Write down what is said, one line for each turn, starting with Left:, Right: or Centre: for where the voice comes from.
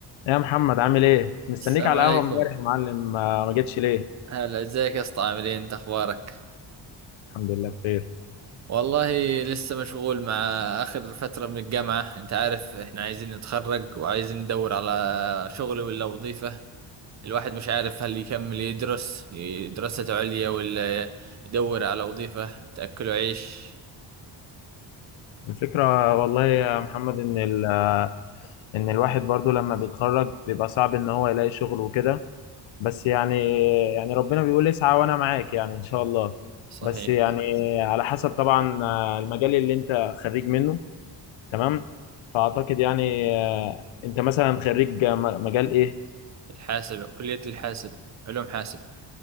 Left: يا محمد عامل ايه؟ كنت مستنيك
Right: السلام
Left: على
Right: عليكم
Left: القهوة امبارح يا معلم ما ما جتش ليه؟
Right: هلا ازيك يا اسطى عاملين انت اخبارك
Left: الحمد لله بخير.
Right: والله لسه مشغول مع اخر فترة من الجامعة انت عارف احنا عايزين نتخرج وعايزين ندور على شغل ولا وظيفة الواحد مش عارف هل يكمل يدرس ي- دراسة عليا ولا يدور على وظيفة تأكله عيش
Left: الفكرة والله يا محمد ان ال... ان الواحد برضو لما بيتخرج بيبقى صعب ان هو يلاقي شغل وكده بس يعني يعني ربنا بيقول اسعى وانا معاك يعني ان شاء الله.
Right: صحيح
Left: بس يعني على حسب طبعا آه، المجال اللي انت خريج منه تمام؟ فاعتقد يعني آه، انت مثلا خريج م- مجال ايه؟
Right: الحاسب كلية الحاسب علوم حاسب